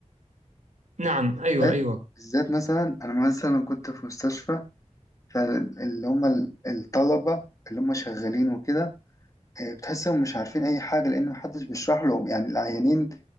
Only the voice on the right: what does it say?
نعم
أيوة أيوة